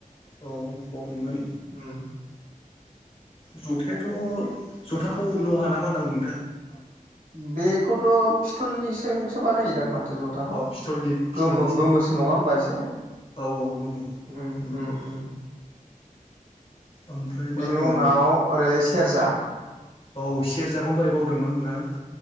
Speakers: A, on the left; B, on the right.
A: औ बाव नुगोन
B: उम
A: जथायाथ' जथाखौ लहा ना मा होनना बुंदों नों
B: बेखौथ' फिस्थलनिजोंसो बानायोदांमोन जथाखौ
A: अ पिथलनि पिथलनिसो
B: गोमो गोमोसो नङा होमबा एसे
A: औ औ गोमो
B: उम
A: ओम
B: उम उम
A: ओमफ्राय
B: बेनि
A: मा दंबावोमोनलाय?
B: उनाव ओरै सेरजा
A: औ से सेरजाखौनो दहाय बावदोंना नोंथां